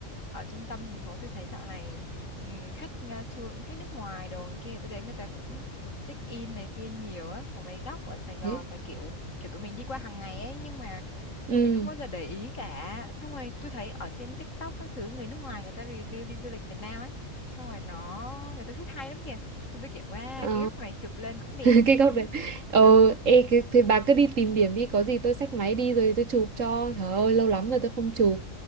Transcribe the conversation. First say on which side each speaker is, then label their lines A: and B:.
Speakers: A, on the left; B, on the right.
A: ở trung tâm thành phố tôi thấy dạo này ừ, khách ờ, tour cũng khách nước ngoài đồ này kia tôi đến người ta cũng check in này kia nhiều á, có mấy góc ở Sài Gòn
B: thế
A: mà kiểu kiểu tụi mình đi qua hàng ngày ấy nhưng mà
B: ừ
A: tụi mình không bao giờ để ý cả. Xong rồi tôi thấy ở trên TikTok các thứ người nước ngoài người ta review đi du lịch Việt Nam ấy, xong rồi nó người ta viết hay lắm kìa. Xong tôi kiểu wow,
B: ờ
A: cái góc này chụp lên cũng đẹp
B: <laughs>
A: nhỉ.
B: cái góc đấy ờ
A: Ừ.
B: ê, cái, thì bà cứ đi tìm điểm đi có gì tôi xách máy đi rồi tôi chụp cho trời ơi lâu lắm rồi tôi không chụp